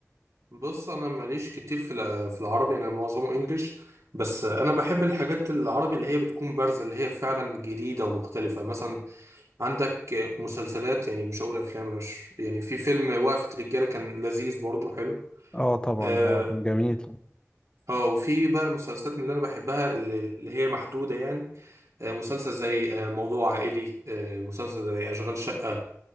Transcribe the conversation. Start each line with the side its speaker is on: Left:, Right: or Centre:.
Right: بص انا ماليش كتير في الع- في العربي انا معظمه انجليش بس آه، انا بحب الحاجات العربي اللي هي بتكون بارزة اللي هي فعلا جديدة ومختلفة مثلا عندك مسلسلات يعني مش هقول افلام أنا مش يعني في فيلم وقفة رجالة كان لذيذ برضه حلو
Left: اه طبعا
Right: اه
Left: ده كان جميل
Right: آه، وفي بقى المسلسلات من اللي انا بحبها اللي اللي هي محدودة يعني آه، مسلسل زي آه، موضوع عائلي آه، مسلسل زي اشغال شقة